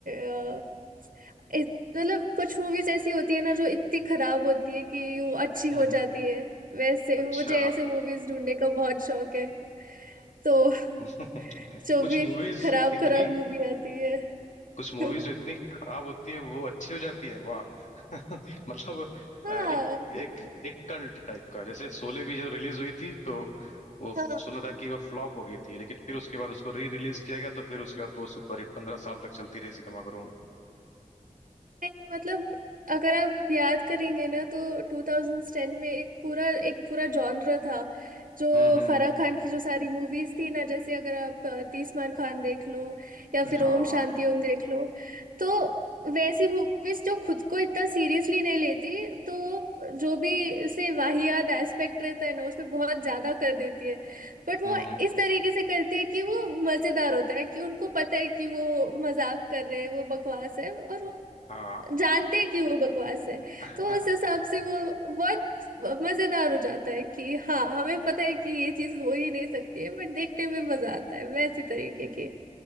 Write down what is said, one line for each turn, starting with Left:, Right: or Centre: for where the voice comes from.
Right: अ, इत- मतलब कुछ मूवीज ऐसी होती है ना जो इतनी खराब होती है कि वो अच्छी
Left: हम्म
Right: हो
Left: हम्म,
Right: जाती है वैसे
Left: अच्छा
Right: मुझे ऐसे मूवीज ढूंढने का बहुत शौक है तो <laughs>
Left: <laughs>
Right: जो
Left: कुछ
Right: भी
Left: मूवीज
Right: खराब
Left: इतनी
Right: खराब मूवी आती है
Left: कुछ मूवीज
Right: <laughs>
Left: जो इतनी खराब होती है वो अच्छी हो जाती है वाह <laughs> मतलब
Right: हाँ
Left: आ, एक एक एक कल्ट टाइप का जैसे शोले भी जब रिलीज हुई थी तो वो
Right: हाँ
Left: सुना था कि वो फ्लॉप हो गई थी लेकिन फिर उसके बाद उसको री रिलीज किया गया तो फिर उसके बाद वो सुपर हिट पंद्रह साल तक चलती रही सिनेमाघरों में
Right: नहीं, मतलब अगर आप याद करेंगे ना तो 2010 में एक पूरा एक पूरा जॉनर था जो
Left: हम्म हम्म
Right: फराह खान की जो सारी मूवीज थी ना जैसे अगर आप अ, तीस मार खान देख लो या फिर
Left: हाँ
Right: ओम शांति ओम देख लो तो वैसी मूवीज जो खुद को इतना सीरियसली नहीं लेती तो वो जो भी से वाहियात एस्पेक्ट रहता है ना उसमें बहुत ज्यादा कर देती है बट वो
Left: हम्म
Right: इस तरीके से करती है कि वो मजेदार होता है कि उनको पता है कि वो मजाक कर रहे हैं वो बकवास है और वो
Left: हाँ
Right: जानते हैं कि वो बकवास है
Left: <laughs>
Right: तो उस हिसाब से वो बहुत मजेदार हो जाता है कि हाँ हमें पता है कि ये चीज हो ही नहीं सकती है बट देखने में मजा आता है वैसी तरीके की